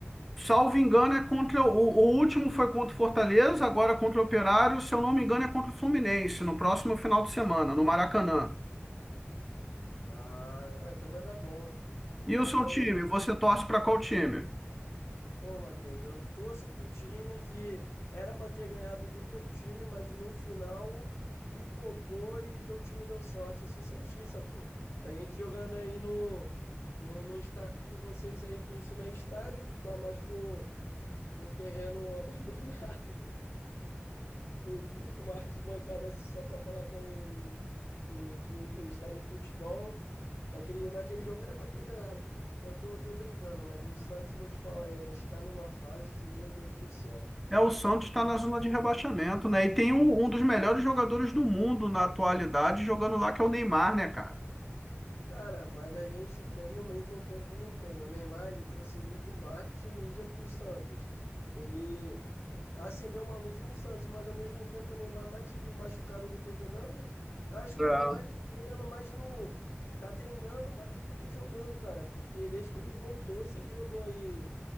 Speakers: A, in the centre; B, on the left (about 70°).
A: Salvo engano, é contra o, o último foi contra o Fortaleza, agora contra o Operário, se eu não me engano, é contra o Fluminense, no próximo final de semana, no Maracanã.
B: Ah, ah, então vai dar bom. Tu
A: E
B: tá
A: o seu
B: falando,
A: time?
B: em-
A: Você torce para qual time?
B: pô, Matheus, eu torço pro time que era pra ter ganhado do teu time, mas no final pipocou e teu time deu sorte. Eu sou santista, pô. A gente jogando aí no, no, no estádio de vocês aí, que isso não é estádio, que tá mais pra um, pra um terreno <laughs> abandonado, com com uma arquibancada assim só pra falar que é um um, com um estádio de futebol. Naquele, naquele jogo era para ter ganhado. Mas tô, tô brincando, mas o Santos, vou te falar, hein, a gente tá numa fase que, meu Deus do céu.
A: É, o Santos está na zona de rebaixamento, né? E tem um, um dos melhores jogadores do mundo na atualidade jogando lá, que é o Neymar, né, cara?
B: Cara, mas a gente tem e ao mesmo tempo não tem. O Neymar, ele trouxe muito marketing e mídia para o Santos. Ele acendeu uma luz no Santos, mas ao mesmo tempo o Neymar mais vive machucado do que jogando. Eu acho que
A: É,
B: o Neymar, ele tá jogando mais no... Tá treinando mais do que jogando, cara. Porque desde que ele voltou, se ele jogou aí